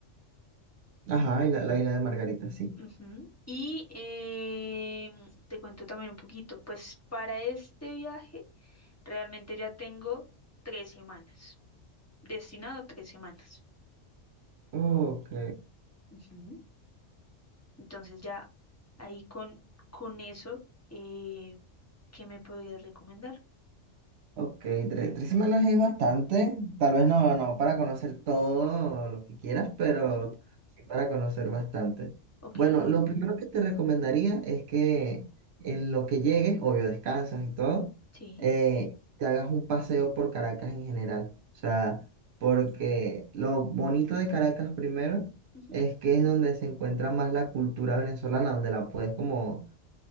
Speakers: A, on the right; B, on the left.
A: Ajá, y la, la isla de Margarita, sí.
B: Ujú. Y em, te cuento también un poquito, pues para este viaje realmente ya tengo tres semanas, destinado tres semanas.
A: Ok.
B: Ujú. Entonces ya ahí con, con eso, eh, ¿qué me podrías recomendar?
A: Ok, tre- tres semanas es bastante. Tal vez no, no para conocer todo lo que quieras, pero
B: Ujú.
A: sí para conocer bastante.
B: Ok,
A: Bueno, lo primero que te recomendaría es que
B: sí,
A: en lo que llegues, obvio, descansas y todo,
B: sí,
A: eh, te hagas un paseo por Caracas en general. O sea, porque lo bonito de Caracas primero
B: ujú,
A: es que es donde se encuentra más la cultura venezolana, donde la puedes como